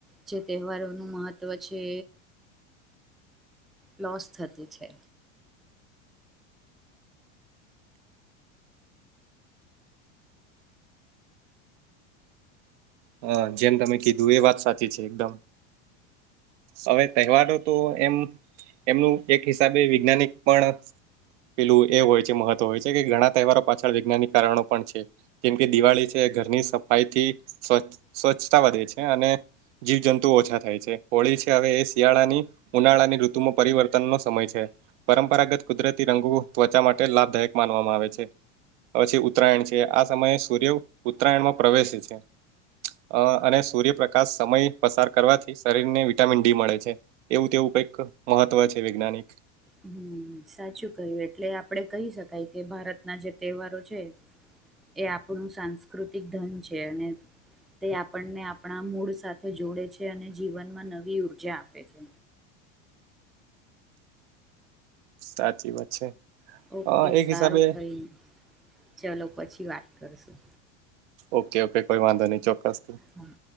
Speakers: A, in the centre; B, on the right.
A: જે તહેવારોનું મહત્વ છે. લોસ થતું છે.
B: હ જેમ તમે કીધું એ વાત સાચી છે એકદમ હવે તહેવારો તો એમ એમનું એક હિસાબે વૈજ્ઞાનિક પણ પેલું એ હોય છે મહત્વ હોય છે કે ઘણા તહેવારો પાછળ વૈજ્ઞાનિક કારણો પણ છે. જેમ કે દિવાળી છે ઘરની સફાઈ થી સ્વચછ સ્વચ્છતા વધે છે અને જીવ જંતુ ઓછા થાય છે હોળી હવે એ શિયાળાની ઉનાળાની ઋતુમાં પરિવર્તનનો સમય છે. પરંપરાગત કુદરતી રંગો ત્વચા માટે લાભદાયક માનવામાં આવે છે. પછી ઉત્તરાયણ છે આ સમયે સૂર્ય ઉત્તરાયણમાં પ્રવેશે છે. અ અને સૂર્યપ્રકાશ સમય પસાર કરવાથી શરીરને વી વિટામિન ડી મળે છે એવું તેવું કઈક મહત્વ છે વૈજ્ઞાનિક
A: હમ સાચું કહ્યું એટલે આપડે કહી શકાય કે ભારતના જે તહેવારો છે. એ આપણું સાંસ્કૃતિક ધન છે અને તે આપણા મૂળ સાથે જોડે છે અને જીવનમાં નવી ઉર્જા આપે છે.
B: સાચી વાત છે.
A: ઓકે
B: અ એક
A: સારું
B: હિસાબે
A: કઈ ચલો પછી વાત કરશું.
B: ઓકે ઓકે કોઈ વાંધો નહી ચોક્કસથી.
A: હમ